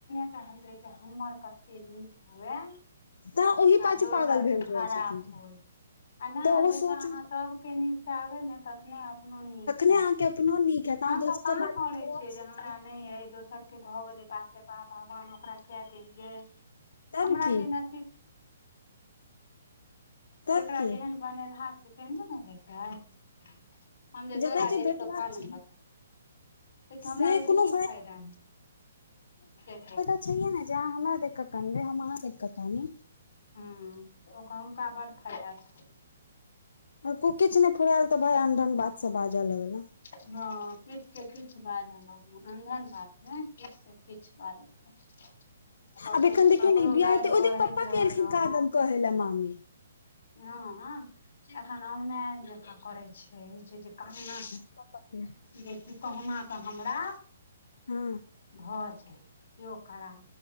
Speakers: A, on the left; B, on the left.
A: चाहैत रहै जे हमर कते नीक हु ए
B: तऽ ओहि
A: आ
B: पाछू
A: दोसर
B: पागल भेल
A: के खराब
B: रहै छथिन
A: होय आ नहि
B: तऽ ओ
A: जैस
B: सोच
A: अहाँ सभ के नच से आबे ने तखने अपनो नीक
B: नै अहाँ के अपना नीक हैत अहाँ
A: हम
B: दोसर
A: सभ कहाम
B: बारे मे
A: पे
B: खराब
A: छियै
B: सोचबै
A: हमरा नहि य दोसर के भऽ गेलै बाप रे बाह भगवान ओकरा कऽ देलियै
B: तब
A: हमरा
B: की
A: जेना
B: तब
A: लकरा
B: की
A: जे <unintelligible> ने होत हम जे
B: जकरा
A: तोरा देख
B: भेटबाक
A: कऽ कान
B: छै
A: हमरा
B: से
A: ओहिस
B: कोनो
A: कि फायदा है से
B: छाइए ने जे अहाँ हमरा देख कऽ कनबै हम अहाँ देख कऽ कान
A: हू तऽ ओकर हुनका बड़ फायदा छै
B: आ किछु नहि फराल तऽ भाय अनढन बात से बाजऽ लगलऽ
A: ह किछु से किछु बाजल अहन बात ने किछु से किछ बारत नहि। ककरो
B: आब एखन
A: सँ
B: देखियौ
A: ककरो
B: ने ई बियाह
A: गारि
B: हेतै ओहि
A: पढ़ैत
B: दिन पप्पा
A: रहलहुँ
B: के एलखिन कादन कहै लए मामी
A: ह एखन औनाल जकाँ करै छै हो छै जे कहना
B: <unintelligible> े
A: जे कि कहुना कऽ हमरा।
B: हू
A: भऽ जे के खराब